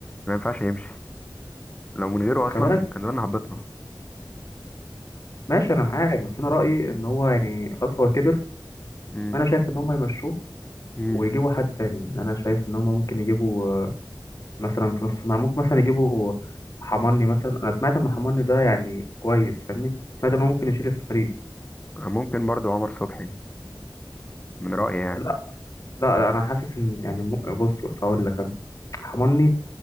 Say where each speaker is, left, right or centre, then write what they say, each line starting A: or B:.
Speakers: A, on the left (about 15°); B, on the left (about 40°).
A: ما ينفعش يمشي لو من غيره
B: بس خلي
A: اصلا
B: بالك
A: كان زمان هبطنا
B: ماشي انا معاك بس انا رأيي ان هو يعني خلاص هو كبر
A: امم
B: انا شايف ان هم يمشوه
A: امم
B: ويجيبوا حد تاني يعني انا شايف ان هم ممكن يجيبوا آه، مثلا في نص الملعب ممكن مثلا يجيبوا حماني مثلا انا سمعت ان حماني ده يعني كويس فاهمني سمعت ان هو ممكن يشيل الفريق
A: ممكن برضو عمر صبحي من رايي يعني
B: لا لا, لا انا حاسس ان يعني م- بص بص هقول لك انا حماني